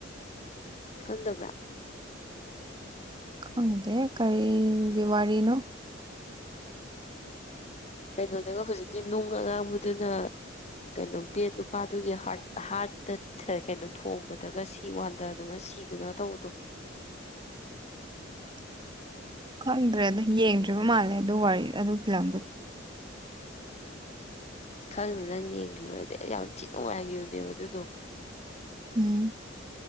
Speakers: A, on the left (about 35°); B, on the right (about 25°).
A: ꯈꯪꯗꯕ꯭ꯔꯥ
B: ꯈꯪꯗꯦ ꯀꯔꯤ ꯅꯨꯡꯒꯤ ꯋꯥꯔꯤꯅꯣ
A: ꯀꯩꯅꯣꯗꯒ ꯍꯨꯖꯤꯛꯀꯤ ꯅꯨꯡ ꯑꯉꯥꯡꯕꯗꯨꯅ ꯀꯩꯅꯣ ꯕꯦꯠ ꯅꯨꯄꯥꯗꯨꯒꯤ ꯍꯥꯔꯠ ꯍꯥꯔꯠꯇ ꯊ ꯀꯩꯅꯣ ꯊꯣꯝꯕꯗꯒ ꯁꯤ ꯋꯥꯟꯗꯗꯅ ꯁꯤ ꯁꯤꯗꯅ ꯇꯧꯕꯗꯣ
B: <inaudible> ꯈꯪꯗ꯭ꯔꯦꯗ ꯌꯦꯡꯗ꯭ꯔꯤꯕ ꯃꯥꯜꯂꯦ ꯑꯗꯨ ꯋꯥꯔꯤ ꯑꯗꯨ ꯐꯤꯂꯝꯗꯨ
A: ꯈꯪꯗꯦ ꯅꯪ ꯌꯦꯡꯗ꯭ꯔꯤꯕꯔꯗꯤ ꯑꯩ ꯌꯥꯝ ꯊꯤ ꯅꯨꯡꯉꯥꯏꯒꯤꯕꯅꯦꯕ ꯑꯗꯨꯗꯣ
B: ꯎꯝ